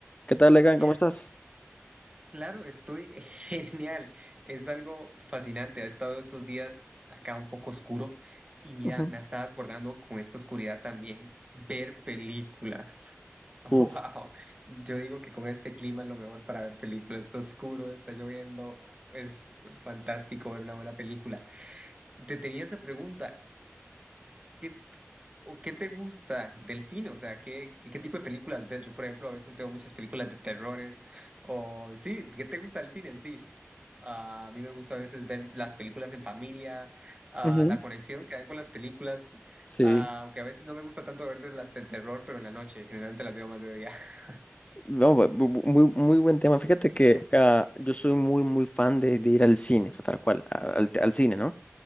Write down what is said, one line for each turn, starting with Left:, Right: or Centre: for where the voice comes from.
Left: ¿Qué tal, Legan?
Right: Mira,
Left: ¿Cómo estás?
Right: claro, estoy <laughs> genial. Es algo fascinante. Ha estado estos días acá un poco oscuro y mira,
Left: Ujú,
Right: me ha estado acordando con esta oscuridad también ver películas. <laughs> Oh,
Left: Uf,
Right: wow. Yo digo que con este clima es lo mejor para ver películas. Está oscuro, está lloviendo. Es fantástico ver una buena película. Te tenía esa pregunta. ¿Qué, o qué te gusta del cine? O sea, ¿qué, qué, qué tipo de películas ves? Yo, por ejemplo, a veces veo muchas películas de terrores o sí, ¿qué te gusta del cine en sí? Ah, a mí me gusta a veces ver las películas en familia, ah,
Left: ujú.
Right: la conexión que hay con las películas,
Left: sí.
Right: ah, aunque a veces no me gusta tanto ver de las de terror, pero en la noche, generalmente las veo más de día. <laughs>
Left: Vamos, va- bu- bu- muy, muy buen tema. Fíjate que ah, yo soy muy, muy fan de, de ir al cine, o sea, tal cual, a- al, te- al cine, ¿no?